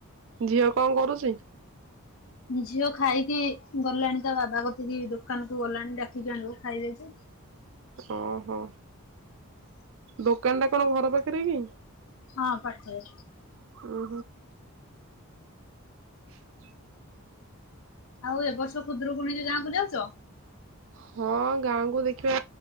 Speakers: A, on the right (about 60°); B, on the left (about 65°).
A: ଝିଅ କଣ କରୁଛି?
B: ଝିଅ ଖାଇକି ଗଲାଣି ତା ବାବା କତିକି ଦୋକାନକୁୁ ଗଲାଣି ଡାକିକି ଆଣିବୁ ଖାଇବେ ଯେ
A: ଓହୋ ଦୋକାନ ଟା କଣ ଘର ପାଖରେ କି?
B: ହଁ ପାଖରେ।
A: ଉୁଁ ଖାଲି
B: ଆଉ ଏ ବର୍ଷ ଖୁଦୁରୁକୁଣୀରେ ଗାଁକୁ ଯାଉଛ?
A: ହଁ ଗାଁକୁ ଦେଖିବା